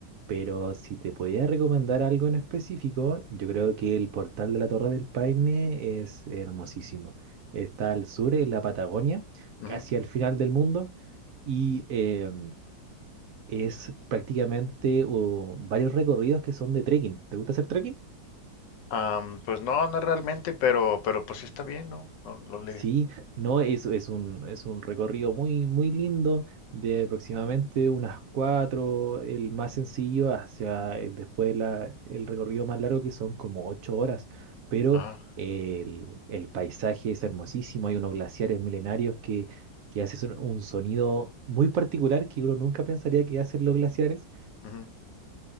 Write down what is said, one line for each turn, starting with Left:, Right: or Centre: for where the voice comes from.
Right: Pero si te podía recomendar algo en específico, yo creo que el portal de la Torre del Paine es hermosísimo. Está al sur, en la Patagonia,
Left: Ujú.
Right: casi al final del mundo, y eh, es prácticamente uh, varios recorridos que son de trekking. ¿Te gusta hacer trekking?
Left: Am, pues no, no realmente, pero, pero pues sí está bien, ¿no? No, no le.
Right: Sí, no, es, es un, es un recorrido muy, muy lindo de aproximadamente unas cuatro, el más sencillo, hacia eh, después la- el recorrido más largo que son como ocho horas, pero
Left: Ajá.
Right: el, el paisaje es hermosísimo, hay unos glaciares milenarios que, que hacen un, un sonido muy particular que uno nunca pensaría que hacen los glaciares
Left: ujú.